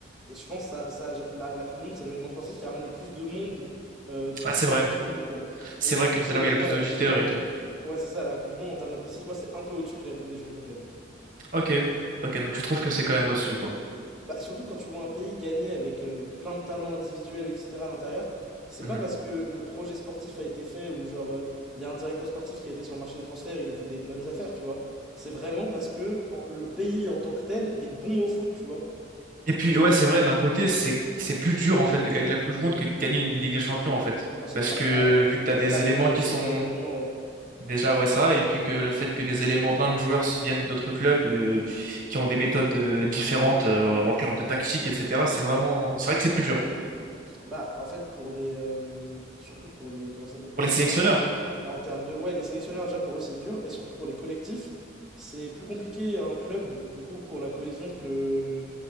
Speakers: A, in the centre; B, on the right.
A: Je pense que ça, ça, la, la Coupe du Monde, c'est l'événement sportif qui ramène le plus de monde, euh, tout
B: Ah,
A: sport
B: c'est vrai.
A: confondu, quoi.
B: C'est
A: Et
B: vrai que
A: du
B: c'est
A: coup,
B: là
A: ouais,
B: où il
A: pour
B: y a le
A: moi,
B: plus
A: la
B: d'auditeurs
A: Coupe du Monde,
B: et tout.
A: ouais, c'est ça, la Coupe du Monde en termes de prestige, moi, c'est un peu au-dessus que la Ligue des Champions, quand même.
B: Ok, ok. Donc tu trouves que c'est quand même au-dessus, quoi.
A: Bah, surtout quand tu vois un pays gagner avec euh, plein de talents individuels, etc. à l'intérieur, c'est
B: Mhm.
A: pas parce que le projet sportif a été fait ou genre euh, il y a un directeur sportif qui a été sur le marché des transferts et il a fait des bonnes affaires, tu vois. C'est vraiment parce que en- le pays en tant que tel est bon au foot, tu vois.
B: Et puis ouais, c'est vrai. D'un côté, c'est c'est plus dur en fait de gagner la Coupe du Monde que de gagner une Ligue des Champions en fait,
A: Ah, c'est
B: parce
A: clair.
B: que
A: Bah,
B: vu que
A: déjà
B: t'as des
A: la régularité
B: éléments qui sont
A: de l'événement, ouais.
B: déjà ouais ça, et puis que le fait que des éléments plein de joueurs se viennent d'autres clubs euh, qui ont des méthodes euh, différentes euh, en termes de tactique, etc. C'est vraiment, c'est vrai que c'est plus dur
A: Bah, en fait, pour les. euh, surtout pour les. Comment ça s'appelle? Pour
B: pour les
A: les
B: sélectionneurs.
A: joueurs. En termes de... Ouais, les sélectionneurs, déjà, pour eux, c'est dur. Et surtout pour les collectifs, c'est plus compliqué un club, du coup, pour la cohésion que,